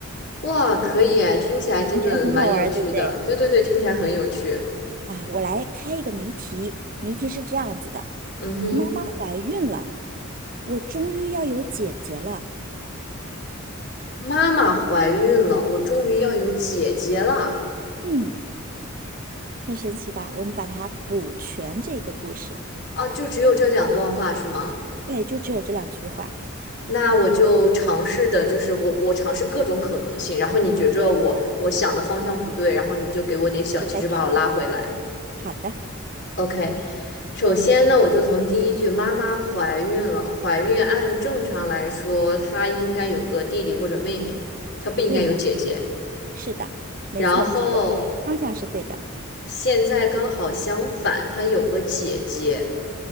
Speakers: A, on the left; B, on the right.
A: 哇，可以哎，听起来真的蛮有趣的。
B: 感觉很好玩对不对？
A: 对对对，听起来很有趣。
B: 啊，我来开一个谜题，谜题是这样子的：
A: 嗯哼，
B: 妈妈怀孕了，我终于要有姐姐了。
A: 妈妈怀孕了，我终于要有姐姐了
B: 嗯，很神奇吧？我们把它补全这个故事，
A: 啊！就只有这两段话是吗？
B: 对，就只有这两句话。
A: 那我就尝试的，就是我我尝试各种可能性，然后你觉着我我想的方向不对，然后你就给我点小提示把我拉回来。
B: 我就在提醒你。好的，
A: OK，首先呢，我就从第一句“妈妈怀孕了”，怀孕按正常来说，她应该有个弟弟或者妹妹，她不应该有姐姐。
B: 对的，是的，没错，
A: 然后
B: 你这个方向是对的。
A: 现在刚好相反，她有个姐姐，